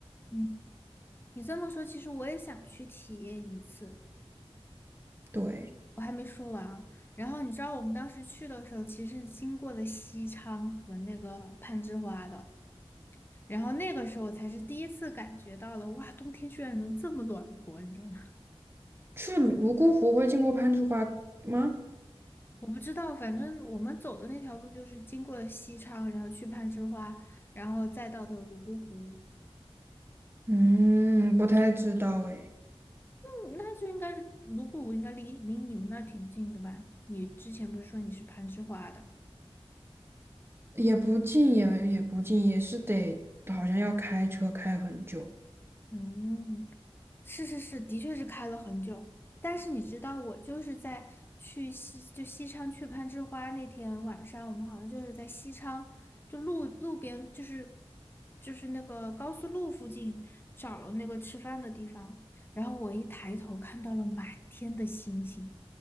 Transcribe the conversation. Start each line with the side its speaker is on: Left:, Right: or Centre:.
Left: 嗯，你这么说，其实我也想去体验一次。
Right: 对。
Left: 我还没说完啊。然后你知道我们当时去的时候，其实是经过了西昌和那个攀枝花的，然后那个时候才是第一次感觉到了，哇，冬天居然能这么暖和，你知道吗？
Right: 去泸沽湖会经过攀枝花吗？
Left: <laughs> 我不知道，反正我们走的那条路就是经过了西昌，然后去攀枝花，然后再到的泸沽湖，
Right: 嗯，不太知道哎，
Left: 嗯，那就应该是泸沽湖应该离离你们那挺近的吧？你之前不是说你是攀枝花的？
Right: 也不近，也也不近，也是得好像要开车开很久。
Left: 嗯，是是是，的确是开了很久。但是你知道，我就是在去西，就西昌去攀枝花那天晚上，我们好像就是在西昌，就路路边，就是就是那个高速路附近找了那个吃饭的地方。然后我一抬头看到了满天的星星，